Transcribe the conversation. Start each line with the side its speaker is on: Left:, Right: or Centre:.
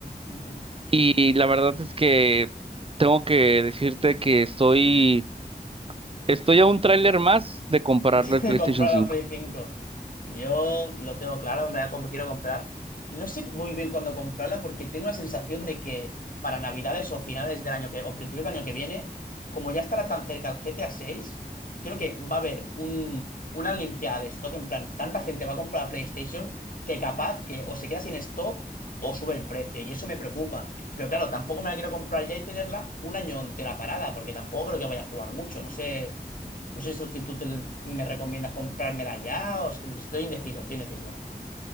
Left: ujú.
Right: y la verdad es que tengo que decirte que estoy estoy a un tráiler más de comprarlo
Left: <laughs>
Right: al PlayStation
Left: Comprar
Right: 5.
Left: la Play cinco Yo lo tengo claro, me la comp- quiero comprar. No sé muy bien cuándo comprarla porque tengo la sensación de que para Navidades o finales del año que o principios del año que viene, como ya estará tan cerca el GTA seis creo que va a haber un, una limpiada de stock. En plan, tanta gente va a comprar la PlayStation que capaz que o se queda sin stock o sube el precio y eso me preocupa. Pero claro, tampoco me la quiero comprar ya y tenerla un año entera parada porque tampoco creo que vaya a jugar mucho. No sé. No sé si tú si tú te- me recomiendas comprármela ya o es que estoy indeciso, estoy indeciso.